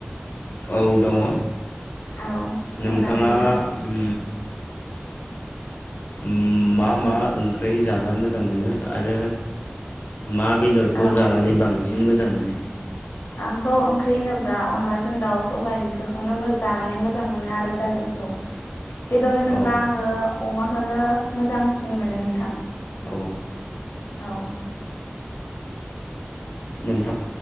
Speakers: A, on the left (about 55°); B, on the left (about 75°).
A: औ दङ
B: औ सोंजागोन
A: नोंथाङा
B: नोंथां
A: उम उम मा मा ओंख्रि जाना मोजां मोनो आरो मा बेदरखौ
B: औ
A: जानानै बांसिन मोजां मोनो?
B: आंथ' ओंख्रि होनोब्ला अनलाजों दाउ सबाय बेफोरखौनो जानानै मोजां मोनो आरो दालिखौ। बेदर होनोब्ला
A: औ
B: आङो अमाखौनो मोजांसिन मोनो नोंथां।
A: औ
B: औ
A: नों